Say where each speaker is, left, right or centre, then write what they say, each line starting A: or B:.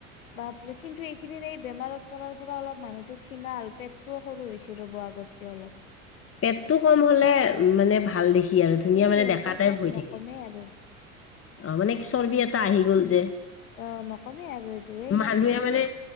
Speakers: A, on the left (about 75°); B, on the left (about 35°).
A: বাপৰে কিন্তু এইখিনি এই বেমাৰত পৰাৰ পৰা অলপ মানুহতো ক্ষীনাল হল পেটটোও সৰু হৈছে ৰ'ব আগতকে অলপ।
B: পেটটো কম হ'লে মানে ভাল দেখি। কি আৰু ধুনীয়া
A: এই
B: মানে
A: ইহঁতৰ
B: ডেকা টাইপ
A: পেট
B: হৈ
A: নকমেই
B: থাকে।
A: আৰু
B: অ', মানে চৰ্বি এটা আহি গ'ল যে।
A: অ নকমেই আৰু এইটো এই
B: মানুহে মানে,